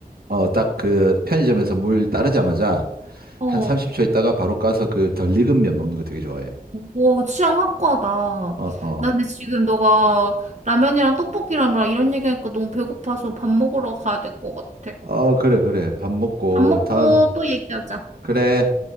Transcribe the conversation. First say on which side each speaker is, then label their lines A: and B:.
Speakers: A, on the right; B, on the right.
A: 어, 딱 그 편의점에서 물 따르자마자
B: 어.
A: 한 30초 있다가 바로 가서 그 덜 익은 면 먹는 거 되게 좋아해.
B: 오, 취향 확고하다.
A: 어, 어.
B: 나 근데 지금 너가 라면이랑 떡볶이랑 막 이런 얘기하니까 너무 배고파서 밥 먹으러 가야 될 것 같아.
A: 어, 그래, 그래. 밥 먹고
B: 밥 먹고
A: 다음.
B: 또 얘기하자.
A: 그래.